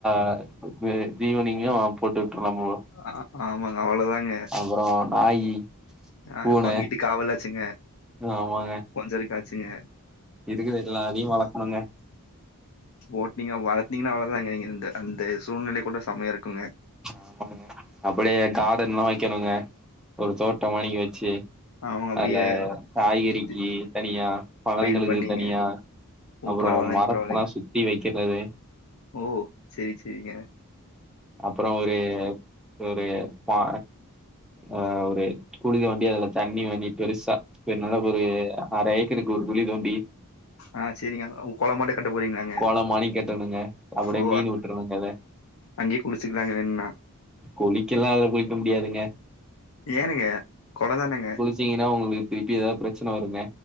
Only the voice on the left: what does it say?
அ ஆமாங்க அவ்வளதாங்க
ஆ
வ வீட்டு காவலாச்சுங்க
கொஞ்சருக்காச்சுங்க
ஓட்னிங்க வளத்திங்னா அவ்ளதாங்க நீங்க இந்த அந்த சூழ்நிலை கூட செமயா இருக்குங்க
ஆமாங்க அப்டியே
சுத்தி
பயிர் பண்ணீங்க.
ஓ
பரவாயில்லைங்க
பரவாயில்லைங்க.
ஓ செரி செரிங்க
ஆ சரிங்க. ஓ கொல மாட்ட கட்ட போறீங்களாங்க?
ஓ
அங்கே குளிச்சிகிலாங்க வேனுன்னா
ஏனுங்க கொளதானுங்க